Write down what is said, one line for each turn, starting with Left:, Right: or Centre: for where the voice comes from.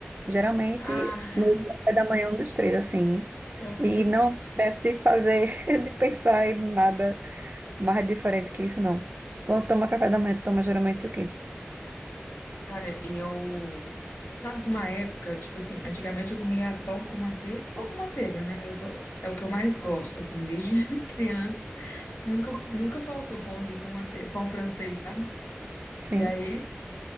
Right: Geralmente,
Left: Ah,
Right: meu café da manhã é um dos três, assim.
Left: aham.
Right: E não estresso de fazer, <laughs> de pensar em nada mais diferente que isso, não. Quando toma café da manhã, toma geralmente o quê?
Left: Cara, eu. Sabe que uma época, tipo assim, antigamente eu comia pão com manteiga, pão com manteiga, né? Eu go- é o que eu mais gosto, assim, desde <laughs> criança. Nunca, nunca faltou pãozinho com manteiga, pão francês, sabe?
Right: Sim.
Left: E aí,